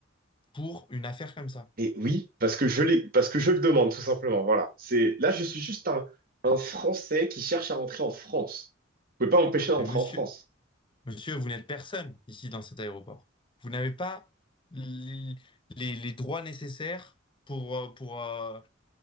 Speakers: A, on the left; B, on the right.
A: pour une affaire comme ça.
B: Et oui, parce que je l'ai, parce que je le demande, tout simplement. Voilà. C'est, là, je suis juste un, un Français qui cherche à rentrer en France. Vous pouvez pas m'empêcher d'entrer
A: Mais monsieur,
B: en France.
A: monsieur, vous n'êtes personne ici dans cet aéroport. Vous n'avez pas les, les- les droits nécessaires pour, euh, pour, euh,